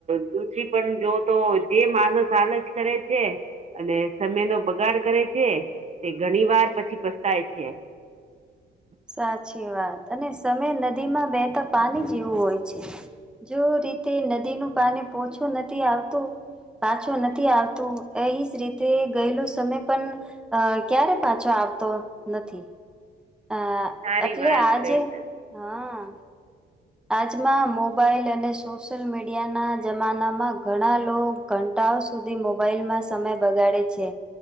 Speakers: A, on the right; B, in the centre.
A: દુરી પણ જો તો જે માણસ હાલ જ કરે છે અને સમય નો બગાડ કરે છે તે ઘણી વાર પછી પસ્તાય છે
B: સાચી વાત અને સમય નદીમાં બેહેતા પાણી જેવું હોય છે જો રીતે નદીનું પાણી પોછું નથી આવતું પાછો નથી આવતું એ જ રીતે ગયેલોું સમય પણ અ ક્યારે પાછો આવતો નથી હ
A: સારી
B: એટલે
A: વાત
B: આજે
A: કહી તમે
B: હા આજમાં મોબાઈલ અને સોશિલ મીડિયાના જમાનામાં ઘણા લોકો ઘંટાઓ સુધી મોબાઈલમાં સમય બગાડે છે